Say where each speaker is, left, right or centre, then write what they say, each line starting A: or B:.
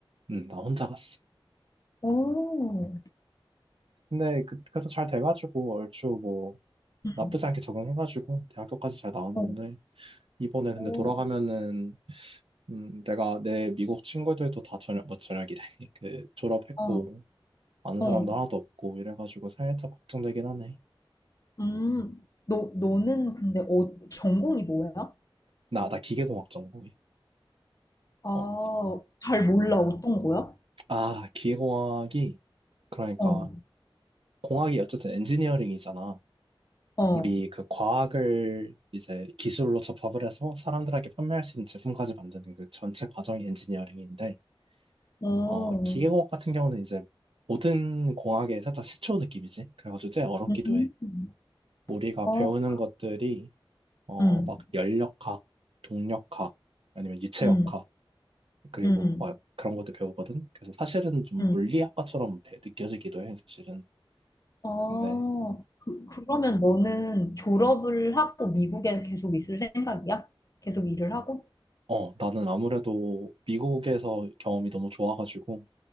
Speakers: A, on the right; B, on the left.
A: 음, 나 혼자 갔어.
B: 오,
A: 근데 그, 그래도 잘 돼가지고 얼추 뭐
B: 음,
A: 나쁘지 않게 적응해가지고 대학교까지 잘 나왔는데
B: 어,
A: 이번에 근데
B: 오,
A: 돌아가면은 음, 내가 내 미국 친구들도 다 저녁, 뭐 저녁이래. <laughs> 그 졸업했고
B: 어,
A: 아는
B: 어,
A: 사람도 하나도 없고 이래가지고 살짝 걱정되긴 하네.
B: 음, 너, 너는 근데 어, 전공이 뭐야?
A: 나, 나 기계공학 전공이.
B: 아,
A: 어,
B: 잘 몰라, 어떤 거야?
A: 아, 기계공학이 그러니까
B: 어,
A: 공학이 어쨌든 엔지니어링이잖아.
B: 어.
A: 우리 그 과학을 이제 기술로 접합을 해서 사람들에게 판매할 수 있는 제품까지 만드는 그 전체 과정이 엔지니어링인데,
B: 어,
A: 어, 기계공학 같은 경우는 이제 모든 공학의 살짝 시초 느낌이지. 그래가지고 제일 어렵기도
B: 음.
A: 해. 우리가
B: 어,
A: 배우는 것들이 어,
B: 음.
A: 막 열역학, 동력학, 아니면 유체역학,
B: 음.
A: 그리고
B: 음.
A: 막 그런 것도 배우거든. 그래서 사실은 좀
B: 음.
A: 물리학과처럼 배- 느껴지기도 해, 사실은.
B: 어.
A: 근데,
B: 그, 그러면 너는 졸업을 하고 미국에 계속 있을 생각이야? 계속 일을 하고?
A: 어, 나는 아무래도 미국에서 경험이 너무 좋아가지고,